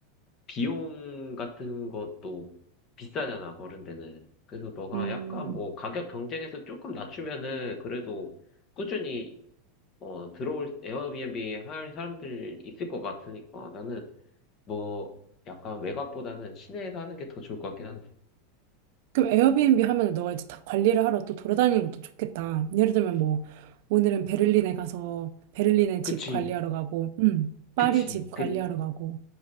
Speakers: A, on the left; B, on the right.
A: 비용 같은 것도 비싸잖아, 그런 데는. 그래서 너가
B: 음.
A: 약간 뭐 가격 경쟁에서 조금 낮추면은 그래도 꾸준히 어, 들어올 에어비앤비 할 사람들 있을 것 같으니까 나는 뭐 약간 외곽보다는 시내에서 하는 게 더 좋을 것 같긴 한데.
B: 그럼 에어비앤비 하면 너가 이제 다 관리를 하러 또 돌아다니는 것도 좋겠다. 예를 들면 뭐 오늘은 베를린에 가서 베를린에
A: 그치,
B: 집 관리하러 가고, 음, 파리
A: 그치.
B: 집 관리하러
A: 그,
B: 가고.